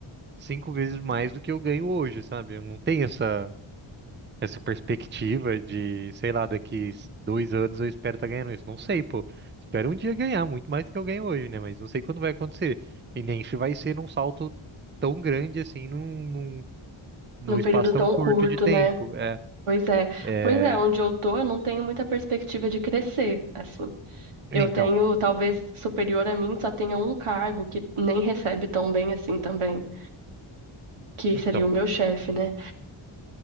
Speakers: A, on the right (about 25°); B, on the right (about 85°).
A: cinco vezes mais do que eu ganho hoje, sabe? Eu não tenho essa, essa perspectiva de, sei lá, daqui dois anos eu espero estar ganhando isso. Não sei, pô. Espero um dia ganhar muito mais do que eu ganho hoje, né? Mas não sei quando vai acontecer. E nem se vai ser num salto tão grande assim, num, num, num
B: Num período
A: espaço tão
B: tão
A: curto
B: curto,
A: de tempo.
B: né?
A: É,
B: Pois é.
A: é...
B: Pois é, onde eu tô, eu não tenho muita perspectiva de crescer, assim.
A: Então.
B: Eu tenho, talvez superior a mim, só tenha um cargo que nem recebe tão bem assim também. que
A: Então,
B: seria o meu chefe, né?